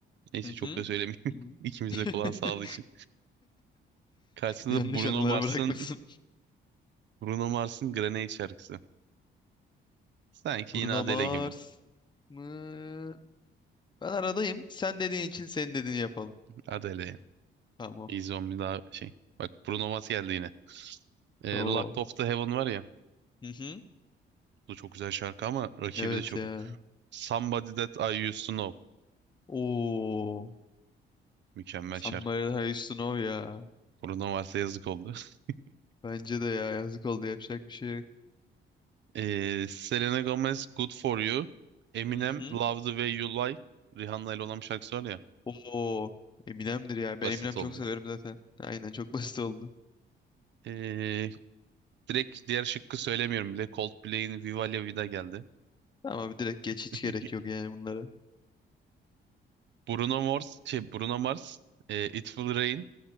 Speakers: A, on the right; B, on the left.
A: Neyse
B: Hı
A: çok
B: hı.
A: da söylemeyeyim. <laughs>
B: İyi.
A: İkimiz
B: <laughs>
A: de kulağı sağlığı için. Karşısında
B: Yanlış
A: Bruno
B: anılara
A: Mars'ın
B: bırakmasın.
A: Bruno Mars'ın Grenade şarkısı. Sanki
B: Bruno
A: yine Adele
B: Mars
A: gibi.
B: mı? Ben aradayım. Sen dediğin için senin dediğini yapalım.
A: Adele.
B: Tamam.
A: Easy On Me daha şey. Bak Bruno Mars geldi yine. Ee,
B: Oo.
A: Locked Off The Heaven var ya.
B: Hı hı.
A: Bu da çok güzel şarkı ama rakibi
B: Evet
A: de çok.
B: ya.
A: Somebody That I Used To Know.
B: Oo.
A: Mükemmel
B: Somebody
A: şarkı.
B: I used to know ya.
A: Bruno varsa yazık oldu. <laughs>
B: Bence de ya yazık oldu yapacak bir şey yok.
A: Ee, Selena Gomez Good For You. Eminem
B: Hı hı.
A: Love The Way You Lie. Rihanna ile olan bir şarkısı var ya.
B: Oo, Eminem'dir ya.
A: Basit
B: Ben Eminem çok
A: oldu
B: severim
A: yani.
B: zaten. Aynen çok basit oldu.
A: Ee, direkt diğer şıkkı söylemiyorum bile. Coldplay'in Viva La Vida geldi.
B: Ama abi direkt geç
A: <laughs>
B: hiç gerek yok yani bunlara.
A: Bruno Mars, şey Bruno Mars, e, It Will Rain